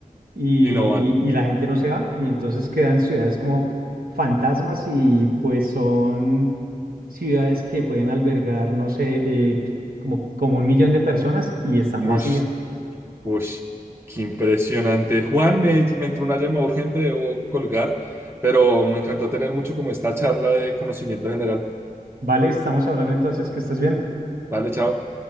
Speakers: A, on the right; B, on the right.
A: y,
B: Y no van.
A: y la gente no se va, y entonces quedan ciudades como fantasmas y pues son ciudades que pueden albergar, no sé, eh, como, como un millón de personas y están
B: Ush.
A: vacías.
B: Uy, qué impresionante. Juan, me, me entró una llamada urgente, debo colgar, pero me encantó tener mucho como esta charla de conocimiento general.
A: ¿Vale? Estamos hablando entonces que estés bien.
B: Vale, chao.